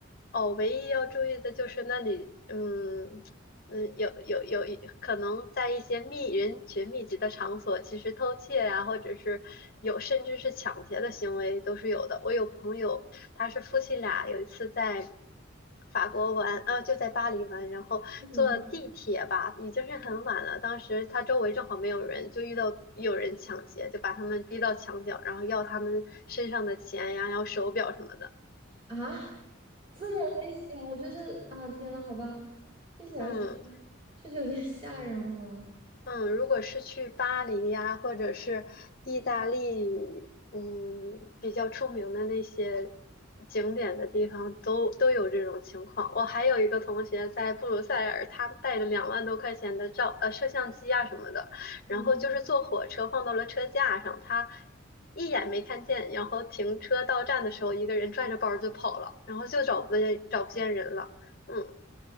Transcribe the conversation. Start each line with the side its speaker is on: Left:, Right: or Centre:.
Left: 哦，唯一要注意的就是那里，嗯嗯，有有有一可能在一些密人群密集的场所，其实偷窃呀、或者是有甚至是抢劫的行为都是有的。我有朋友。他是夫妻俩有一次在法国玩，啊，就在巴黎玩，然后坐地铁吧，
Right: 嗯
Left: 已经是很晚了。当时他周围正好没有人，就遇到有人抢劫，就把他们逼到墙角，然后要他们身上的钱呀，要手表什么的。
Right: 啊，这么危险，我觉得啊，天呐，好吧，听起来确实确实有点吓人了。
Left: 嗯。嗯，如果是去巴黎呀，或者是意大利，嗯，比较出名的那些景点的地方，都都有这种情况。我还有一个同学在布鲁塞尔，他带着两万多块钱的照呃摄像机啊什么的，然后就是坐火车放到了车架上，
Right: 嗯。
Left: 他一眼没看见，然后停车到站的时候，一个人拽着包就跑了，然后就找不见找不见人了。嗯。